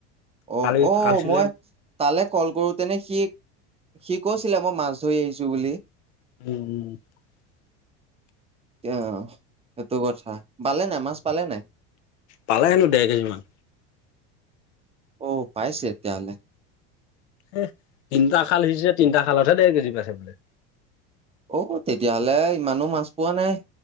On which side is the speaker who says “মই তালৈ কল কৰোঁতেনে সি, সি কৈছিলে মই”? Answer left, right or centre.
Right